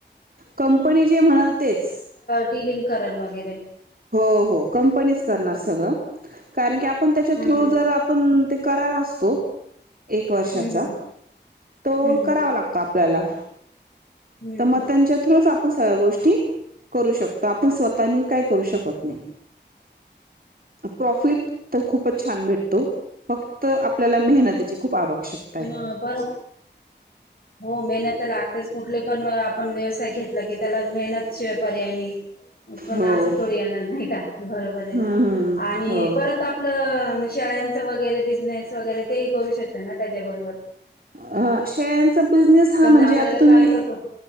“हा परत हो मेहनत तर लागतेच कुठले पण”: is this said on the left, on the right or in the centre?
Left